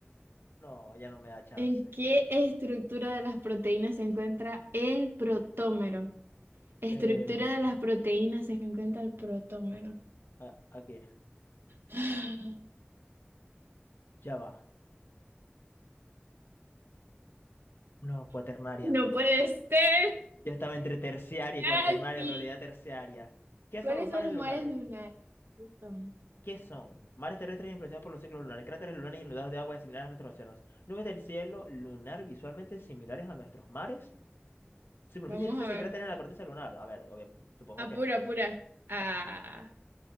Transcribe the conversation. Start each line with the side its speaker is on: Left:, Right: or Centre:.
Left: No, ya no me da chance.
Right: ¿En qué estructura de las proteínas se encuentra el protómero? Estructura
Left: Eh,
Right: de las proteínas se encuentra el protómero.
Left: a- aquí,
Right: <gasps>
Left: ya va. No, cuaternaria.
Right: No puede ser.
Left: Ya estaba entre terciaria
Right: Casi.
Left: y cuaternaria, pero la idea terciaria. ¿Qué son
Right: ¿Cuáles
Left: los mares
Right: son los
Left: lunares?
Right: mares lunares? ¿Qué Son-
Left: ¿Qué son? Mares terrestres influenciados por los ciclos lunares, cráteres lunares inundados de agua similares a nuestros océanos, nubes del cielo lunar visualmente similares a nuestros mares, superficies
Right: Vamos
Left: lisas
Right: a
Left: sin
Right: ver.
Left: cráteres en la corteza lunar. A ver, obvia- supongo
Right: Apura,
Left: que...
Right: apura. Ah.
Left: Ah, pues no.